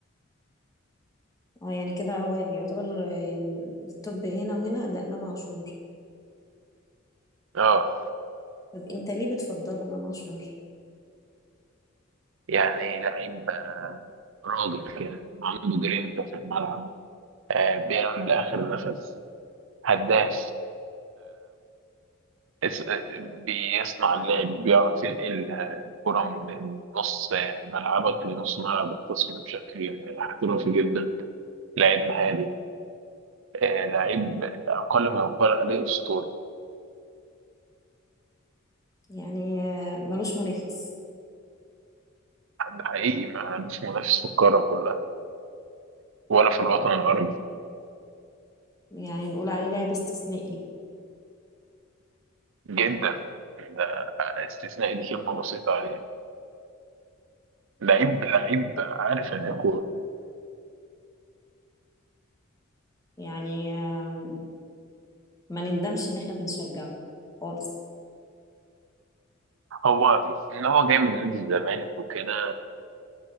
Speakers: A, on the left (about 15°); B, on the right (about 65°).
A: اه يعني كده هو اللي يعتبر ال- التوب هنا وهنا ده امام عاشور
B: اه
A: طب انت ليه بتفضله امام عاشور
B: يعني لعيب راجل كده عنده جرينتا في الملعب آه بيلعب لاخر نفس هداف اس- بيصنع اللعب بيعرف ينقل الكرة من نص ملعبك لنص ملعب الخصم بشكل احترافي جدا لعيب مهاري آه، لعيب أقل ما يقال عليه أسطوري
A: يعني آه، ملوش منافس
B: حد حقيقي معلوش منافس في القارة كلها ولا في الوطن العربي
A: يعني نقول عليه لاعب استثنائي
B: جدا ده استثنائي دي كلمة بسيطة عليه لعيب لعيب عارف إن الكورة
A: يعني آه، ما نندمش ان احنا بنشجعه خالص
B: هو إن هو جاي من نادي الزمالك وكده